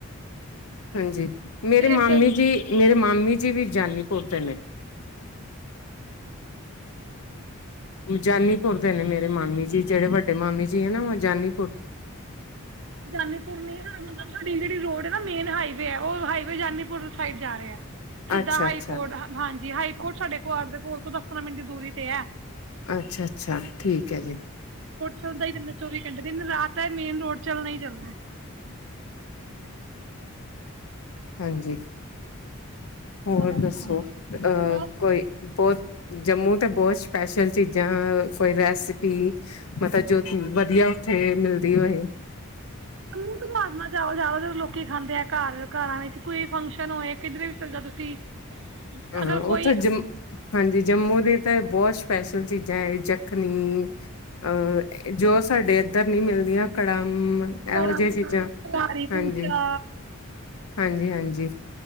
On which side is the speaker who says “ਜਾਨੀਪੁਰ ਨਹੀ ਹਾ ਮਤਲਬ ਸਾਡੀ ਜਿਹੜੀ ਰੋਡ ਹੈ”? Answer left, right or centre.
Right